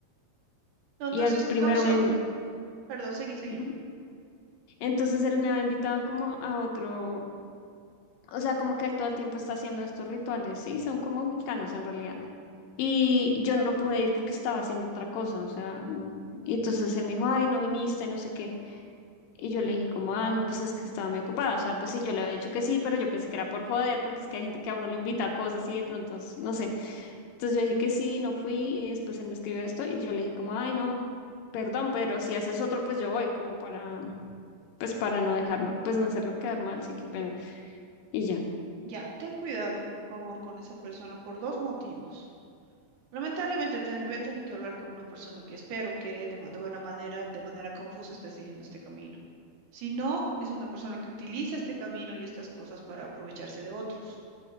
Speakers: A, on the right (about 65°); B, on the left (about 75°).
A: No, entonces,
B: Y el primero
A: caución.
B: me... in-
A: Perdón, seguí, seguí.
B: Ujú. Entonces él me ha invitado como a otro, o sea, como que él todo el tiempo está haciendo estos rituales, sí, son como wiccanos en realidad. Y yo no pude ir porque estaba haciendo otra cosa, o sea, no. Y entonces él me dijo, ay, no viniste, no sé qué. Y yo le dije como, ah, no, pues es que estaba muy ocupada. O sea, pues sí, yo le había dicho que sí, pero yo pensé que era por joder, porque es que hay gente que a uno le invita a cosas y de pronto, es- no sé. Entonces yo dije que sí, no fui y después él me escribió esto y yo le dije como, ay, no, perdón, pero si haces otro, pues yo voy, como para, pues para no dejarlo, pues no hacerlo quedar mal, sí, qué pena. Y ya.
A: Ya, ten cuidado, por favor, con esa persona por dos motivos. Lamentablemente tendré- voy a tener que hablar con una persona que espero que de, ma- de buena manera, de manera confusa, esté siguiendo este camino. Si no, es una persona que utiliza este camino y estas cosas para aprovecharse de otros.